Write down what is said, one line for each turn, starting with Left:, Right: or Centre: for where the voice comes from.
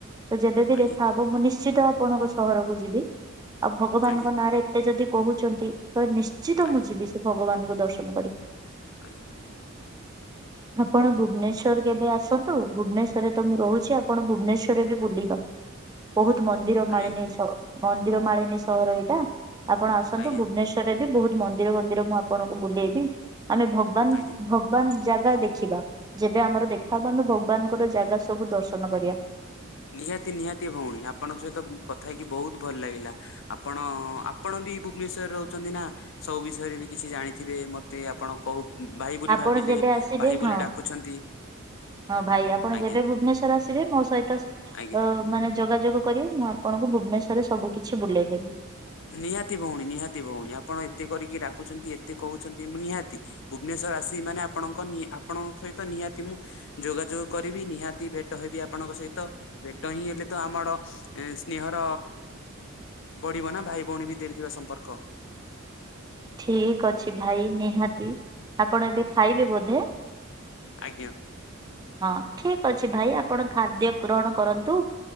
Right: ତ ଯେବେବି
Left: ଆଜ୍ଞା
Right: ଦେଖାହବ ମୁଁ ନିଶ୍ଚିତ ଆପଣଙ୍କ ସହରକୁ ଯିବି ଆଉ ଭଗବାନଙ୍କ
Left: ଆଜ୍ଞା
Right: ନାଁରେ ଏତେ ଯଦି କହୁଛନ୍ତି ତ ନିଶ୍ଚିତ
Left: ଆଜ୍ଞା
Right: ମୁଁ ଯିବି ସେ ଭଗବାନଙ୍କୁ ଦର୍ଶନ କରି।
Left: ଆଜ୍ଞା।
Right: ଆପଣ ଭୁବନେଶ୍ଵର କେବେ ଆସନ୍ତୁ ଭୁବନେଶ୍ଵରରେ ତ ମୁଁ ରହୁଛି ଆପଣ ଭୁବନେଶ୍ଵରରେ ବି ବୁଲିବା। ବହୁତ ମନ୍ଦିର
Left: ଆଜ୍ଞା
Right: ମାଳିନୀ ମନ୍ଦିର ମାଳିନୀ ସହର ଏଇଟା ଆପଣ ଆସନ୍ତୁ
Left: ଆଜ୍ଞା
Right: ଭୁବନେଶ୍ୱରରେ ବି ବହୁତ ମନ୍ଦିର ମନ୍ଦିର ମୁଁ ଆପଣଙ୍କୁ ବୁଲେଇବି ଆମେ ଭଗବାନ
Left: ଆଜ୍ଞା
Right: ଭଗବାନ ଜାଗା ଦେଖ ଦେଖିବା ଯେବେ ଆମର ଦେଖାହବ ଆମେ ଭଗବାନଙ୍କର ଜାଗା ସବୁ ଦର୍ଶନ କରିବା।
Left: ନିହାତି ନିହାତି ଭଉଣୀ ଆପଣଙ୍କ ସହିତ କଥା ହେଇକି ବହୁତ ଭଲ ଲାଗିଲା। ଆପଣ ଆପଣ ବି ଭୁବନେଶ୍ୱରରେ ରହୁଛନ୍ତି ନା ସବୁ ବିଷୟରେ ବି କିଛି ଜାଣିଥିବେ ମତେ ଆପଣ କହୁ ଭାଇ ବୋଲି
Right: ଆପଣ
Left: ଭାବିଲେ
Right: ଯେବେ ଆସିବେ
Left: ଭାଇ
Right: ହଁ
Left: ବୋଲି ଡାକୁଛନ୍ତି।
Right: ହଁ ଭାଇ ଆପଣ
Left: ଆଜ୍ଞା
Right: ଯେବେ ଭୁବନେଶ୍ଵର ଆସିବେ ମୋ ସହିତ
Left: ଆଜ୍ଞା
Right: ଅ ମାନେ ଯୋଗାଯୋଗ କରିିବ ମୁଁ ଆପଣଙ୍କୁ ଭୁବନେଶ୍ଵରରେ ସବୁ କିଛି ବୁଲେଇଦେବି।
Left: ନିହାତି ଭଉଣୀ ନିହାତି ଭଉଣୀ ଆପଣ ଏତେ କରିକି ଡାକୁଛନ୍ତି ଏତେ କହୁଛନ୍ତି ନିହାତି ଭୁବନେଶ୍ୱର ରାଶି ମାନେ ଆପଣଙ୍କ ଆପଣଙ୍କ ସହିତ ନିହାତି ମୁଁ ଯୋଗାଯୋଗ କରିବି ନିହାତି ଭେଟ ହେବି ଆପଣଙ୍କ ଙ୍କ ସହିତ ଭେଟ ହିଁ ହେଲେ ତ ଆମର ସ୍ନେହର ବଢିବ ନା। ଭାଇ ଭଉଣୀ ଭିତରେ ଥିବା ସମ୍ପର୍କ।
Right: ଠିକ ଅଛି ଭାଇ ନିହାତି। ଆପଣ ଏବେ ଖାଇବେ ବୋଧେ?
Left: ଆଜ୍ଞା।
Right: ହଁ ଠିକ ଅଛି ଭାଇ ଆପଣ ଖାଦ୍ୟ ଗ୍ରହଣ କରନ୍ତୁ।